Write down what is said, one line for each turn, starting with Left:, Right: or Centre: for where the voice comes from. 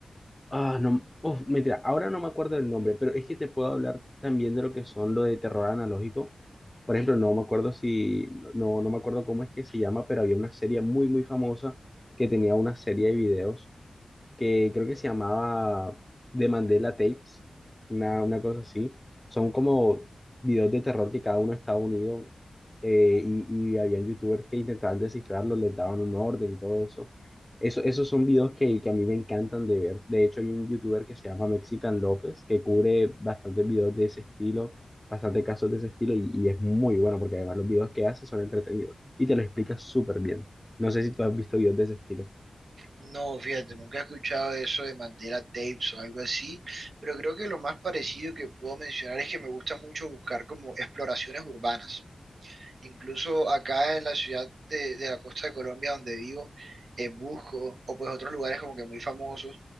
Left: Ah, no, uf, mentira, ahora no me acuerdo del nombre, pero es que te puedo hablar también de lo que son lo de terror analógico. Por ejemplo, no me acuerdo si, no, no me acuerdo cómo es que se llama, pero había una serie muy, muy famosa que tenía una serie de videos que creo que se llamaba The Mandela Tapes, una, una cosa así. Son como videos de terror que cada uno estaba unido eh, y, y habían youtubers que intentaban descifrarlos, les daban un orden y todo eso. Eso, esos son videos que, que a mí me encantan de ver. De hecho, hay un youtuber que se llama Mexican López que cubre bastantes videos de ese estilo, bastantes casos de ese estilo y, y es muy bueno porque además los videos que hace son entretenidos y te lo explica súper bien. No sé si tú has visto videos de ese estilo.
Right: No, fíjate, nunca he escuchado eso de Mandela Tapes o algo así, pero creo que lo más parecido que puedo mencionar es que me gusta mucho buscar como exploraciones urbanas. Incluso acá en la ciudad de, de la costa de Colombia donde vivo, eh, busco, o pues otros lugares como que muy famosos,